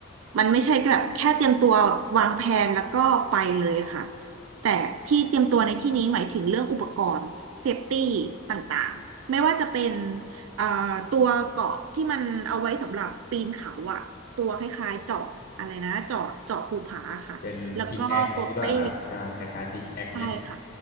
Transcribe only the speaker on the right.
มันไม่ใช่แบบแค่เตรียมตัววางแผนแล้วก็ไปเลยค่ะแต่ที่เตรียมตัวในที่นี้หมายถึงเรื่องอุปกรณ์เซฟตี้ต่างๆ ไม่ว่าจะเป็นเอ่อตัวเกราะที่มันเอาไว้สำหรับปีนเขาอะตัวคล้ายๆเจาะอะไรนะเจาะเจาะภูผาค่ะแล้วก็ตัวเป้
ใช่ค่ะ